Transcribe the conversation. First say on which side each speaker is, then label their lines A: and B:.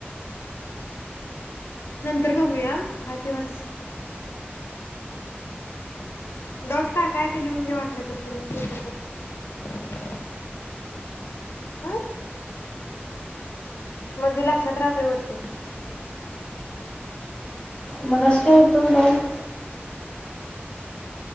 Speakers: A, on the left; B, on the left.
A: नंतर बघूया हा तेव्हाच डाऊट काय काय ते लिहून घे वाटलं तर तुला हा म्हणजे लक्षात राहतय वर्षी
B: मगाशी काय होतं डाऊट